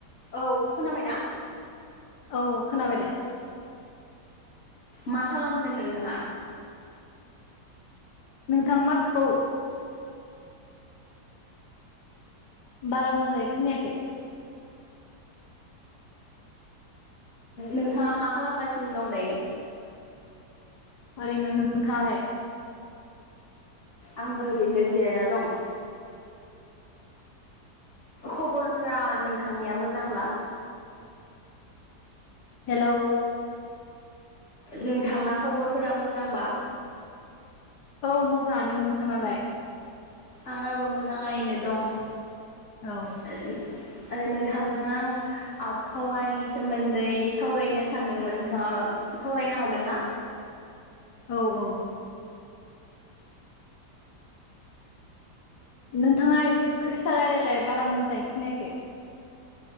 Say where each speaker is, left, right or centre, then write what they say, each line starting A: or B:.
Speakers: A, on the left (about 45°); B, on the left (about 70°).
A: औ खोनाबायना?
B: औ औ खोनाबाय दे।
A: मा खालामदों नोंथाङा?
B: नोंथां माथोखौ बारा मोजाङै खोनायाखै।
A: नोंथाङा मा खालामगासिनो दं दायो?
B: ओरैनो नोंथाङालाय?
A: आंबो ओरैनो जिरायना दं। खबरफ्रा नोंथांनिया मोजांब्ला?
B: हेलौ।
A: नोंथांना खबरफोरा मोजांबा?
B: औ मोजाङानो नोंथानालाय?
A: आंनाबो मोजाङैनो दं।
B: औ।
A: <inaudible> आरो नोंथांजों आं आबहावानि सोमोन्दै सावरायनो सानदोंमोन नोंथाङाबो सावरायनो हागोन ना?
B: औ औ। नोंथाङा एसे गोसा रायलायलाय बारा मोजाङै खोनायाखै।